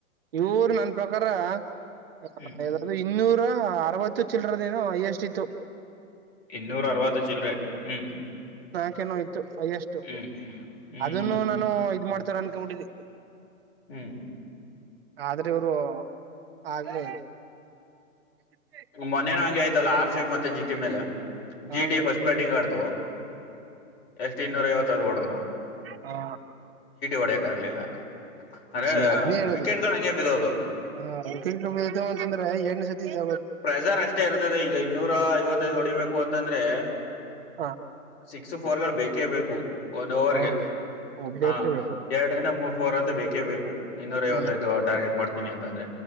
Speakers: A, on the right; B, on the left.
A: ಇವರು ನನ್ ಪ್ರಕಾರ ಹ
B: ಹ್ಮ್
A: ಇನ್ನೂರು ನೂರ ಅರವತ್ತು ಚಿಲ್ರೆದೇನೋ ಹೈಯೆಸ್ಟ್ ಇತ್ತು.
B: ಇನ್ನೂರು ಅರವತ್ತು ಚಿಲ್ಲರ ಹ್ಮ್
A: <unintelligible> <unintelligible> ಅಯಷ್ಟು
B: ಹ್ಮ್ ಹ್ಮ್
A: ಅದನ್ನು
B: ಹ್ಮ್
A: ನಾನು ಮಾಡ್ತಾರ ಅನ್ಕಬಡಿದ
B: ಹ್ಮ್
A: ಆದ್ರೆ ಇವರು ಆಗ್ಲೇ ಇ
B: ಮೊನ್ನೆನು ಹಂಗೆ ಆಯ್ತಲ್ಲ ಆರ್ ಸಿ ಬಿ ಮತ್ತೆ ಜಿಟಿ ಮೇಲೆ ಜಿ
A: ಹಾ
B: ಟಿ
A: ಹ
B: ಫಸ್ಟ್ ಬ್ಯಾಟಿಂಗ್ ಆಡ್ತು ಎಷ್ಟ ಇನ್ನೂರೈವತ್ತತ್ತುದು ಹೊಡದರು
A: ಹಾ
B: ಒಡೆಯಕ್ ಆಗ್ಲಿಲ್ಲ ಅಂದ್ರೆ
A: ಜಿ ಹದ್ನೇ ಹೇಳೋದು
B: ವಿಕೆಟ್ ಗಳು ಹಂಗೆ ಬಿದೋದು
A: ಹ <unintelligible> ಅಂತಂದ್ರೆ ಎರನೇ ಸತಿ ಇದ
B: ಪ್ರೆಸರ್ ಅಷ್ಟೇ ಇರ್ತದೆ ಈಗ ಇನ್ನೂರ ಐವತ್ತೈದ ಒ ನಡಿಬೇಕು ಅಂತಂದ್ರೆ
A: ಹ
B: ಸಿಕ್ಸ್ ಫೋರ್ ಗಳು ಬೇಕೇ ಬೇಕು ಒಂದ ಓವರ್ಗೆ
A: ಹ ಒಬ್ಬೇಕೇ
B: ಹ
A: ಬೇಕು
B: ಎರಡರಿಂದ ಮೂರ್ ಫೋರ್ ಅಂತ ಬೇಕೇ ಬೇಕು ಇನ್ನೂರ
A: ಹ್ಮ
B: ಐವತ್ತೈದು ಟಾರ್ಗೆಟ್ ಮಾಡ್ತೀನಿ ಅಂತಂದ್ರೆ